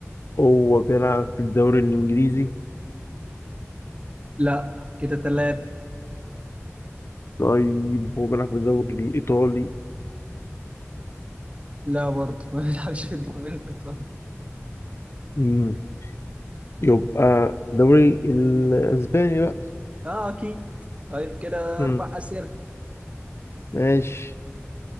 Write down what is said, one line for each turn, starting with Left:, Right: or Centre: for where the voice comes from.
Left: هو بيلعب في الدوري الإنجليزي
Right: لا كده ثلاثة
Left: طيب هو بيلعب في الدوري الإيطالي
Right: لا برضه <laughs> ما بيلعبش في الدوري الإيطالي
Left: مم. يبقى الدوري الأسباني بقى
Right: اه أكيد طيب كده
Left: مم.
Right: أربع أسئلة
Left: ماشي